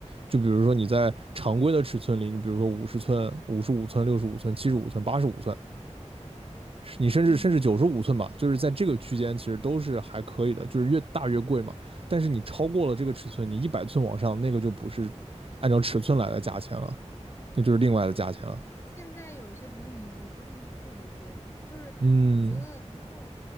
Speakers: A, on the right (about 50°); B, on the left (about 25°).
A: 就比如说你在常规的尺寸里，你比如说五十寸、五十五寸、六十五寸、七十五寸、八十五寸，你甚至甚至九十五寸吧，
B: 嗯，
A: 就是在这个区间其实都是还可以的，就是越大越贵嘛。但是你超过了这个尺寸，你一百寸往上那个就不是按照尺寸来的价钱了，那就是另外的价钱了。
B: 现在有些投影仪真的是特别贵，就是我觉得就
A: 嗯，